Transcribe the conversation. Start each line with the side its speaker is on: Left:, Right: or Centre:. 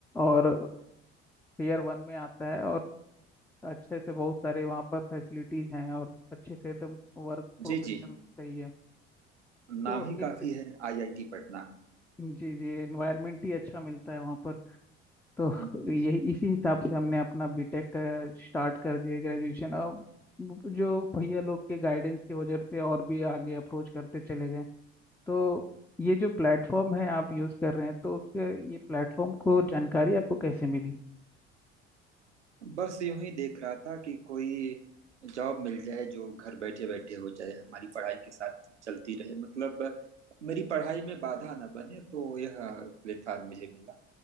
Centre: और ईयर वन में आता है और अच्छे से बहुत सारे वहाँ पर फैसिलिटीज हैं और अच्छे से एकदम वर्क
Right: जी
Centre: प्रोफेशनल
Right: जी
Centre: सही है तो
Right: नाम ही
Centre: एक
Right: काफी
Centre: तर-
Right: है आईआईटी पटना
Centre: जी जी एनवायरनमेंट ही अच्छा मिलता है वहाँ पर तो
Right: हम्म हम्म।
Centre: यही इसी हिसाब से हमने अपना बीटेक का स्टार्ट कर दिया ग्रेजुएशन अब जो भैया लोग के गाइडेंस की वजह से और भी आगे अप्रोच करते चले गए तो ये जो प्लेटफॉर्म है आप यूज़ कर रहे हैं तो उसके ये प्लेटफॉर्म को जानकारी आपको कैसे मिली
Right: बस यूं ही देख रहा था कि कोई जॉब मिल जाए जो घर बैठे बैठे हो जाए हमारी पढ़ाई के साथ चलती रहे मतलब मेरी पढ़ाई में बाधा ना बने तो यह प्लेटफॉर्म मुझे मिला